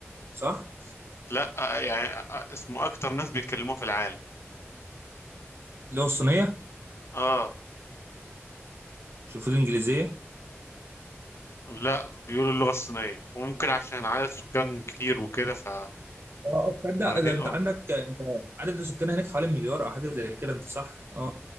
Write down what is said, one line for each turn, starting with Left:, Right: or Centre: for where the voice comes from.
Right: صح
Left: لا آه يعني آه، اسمه اكتر ناس بيتكلموها في العالم
Right: اللغه الصينيه
Left: اه
Right: شوف الانجليزيه
Left: لا بيقولوا اللغة الصينية وممكن عشان عدد سكانهم كتير وكده ف
Right: اه آه، تصدق
Left: واخدين
Right: ده انت
Left: اه
Right: عندك انت عدد السكان هناك حوالي مليار او حاجه زي كده انت صح اه